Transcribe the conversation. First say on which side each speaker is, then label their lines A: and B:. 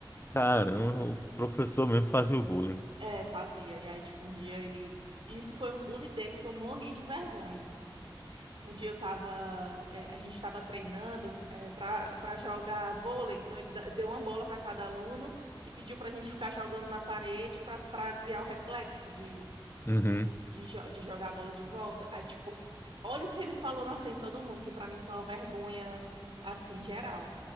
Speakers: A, on the left; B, on the right.
A: caramba, o professor mesmo fazia o bullying.
B: é, fazia. E aí, tipo, um dia ele. Isso foi um bullying dele que eu morri de vergonha. Um dia eu tava, é, a gente estava treinando é, para para jogar vôlei, então ele da- deu uma bola para cada aluno e pediu pra gente ficar jogando na parede pra para criar o reflexo de
A: Uhum.
B: de, jo- de jogar a bola de volta. Aí, tipo, olha o que ele falou na frente de todo mundo, que pra mim foi uma vergonha, assim, geral.